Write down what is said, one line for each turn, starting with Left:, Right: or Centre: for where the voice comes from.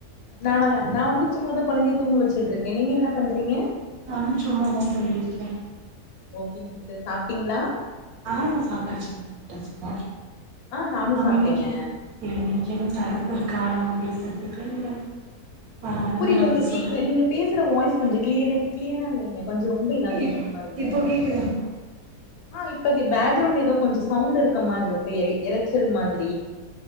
Left: நானா நா வந்து சும்மா தா கொழந்தைய தூங்க வச்சுட்டுருக்கே நீங்க என்னா பண்றீங்க
Right: ஆம் சும்மாதா தோழி இருக்கே
Left: ஓகேங் சிஸ்டர் சாப்ட்டீங்களா
Right: ஆ சாப்பிட்டாச்சுங்க சாப்பிட்டாச்சுங்க
Left: ஆ நானு
Right: ஆஹ்
Left: சாப்ட்டேங்க
Right: இன்னைக்கு எ இன்னைக்கு என் த ஒரு காரணமா பேசுறதுக்கு இல்ல ஆ நீங்க
Left: புரியலங்க
Right: ஏதாவது
Left: கேக்கல
Right: சொல்றீ
Left: நீங்க பேசுற வாய்ஸ் கொஞ்சோ கிளியரே கிளியரா இல்லைங்க கொஞ்ச ரொம்ப இதா கேக்கரா
Right: இப்
Left: மாரி இருக்கு
Right: இப்போ கேக்குதுங்களா
Left: ஆ இப்ப கேக் பேக்ரவுண்ட்ல ஏதோ கொஞ்ச சவுண்ட் இருக்க மாரிருக்கு எ எறச்சல் மாதிரி